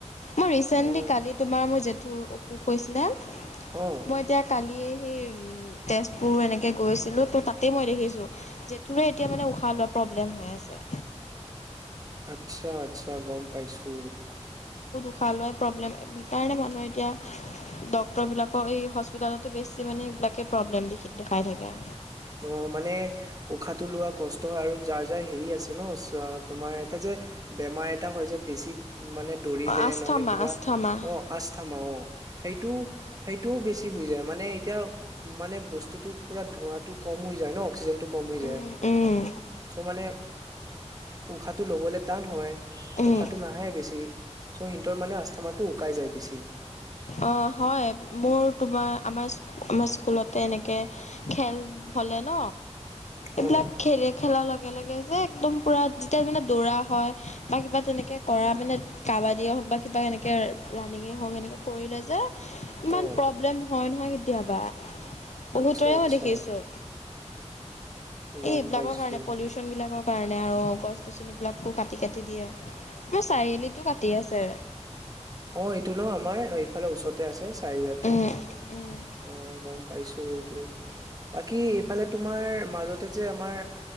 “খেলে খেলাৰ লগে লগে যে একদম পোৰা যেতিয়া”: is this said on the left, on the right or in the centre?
Left